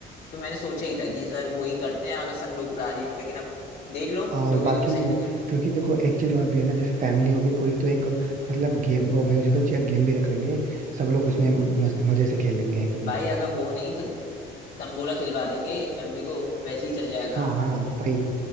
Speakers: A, on the left; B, on the right.
A: तो मैंने सोचा ही था कि इस बार वही करते हैं अगर सब लोग राजी हो लेकिन अब देख लो
B: और
A: जो भी
B: बाकी
A: तुम्हें सही लगे
B: क्योंकि देखो एक चीज और भी है ना जैसे फैमिली होगी पूरी तो एक मतलब गेम वो म्यूजिकल चेयर गेम भी रख लेंगे सब लोग उसमें मज- मजे से खेल लेंगे है कि नहीं
A: भाई अगर वो नहीं तो तंबोला खिलवा देंगे फैमिली को वैसे ही चल जाएगा
B: हाँ हाँ भाई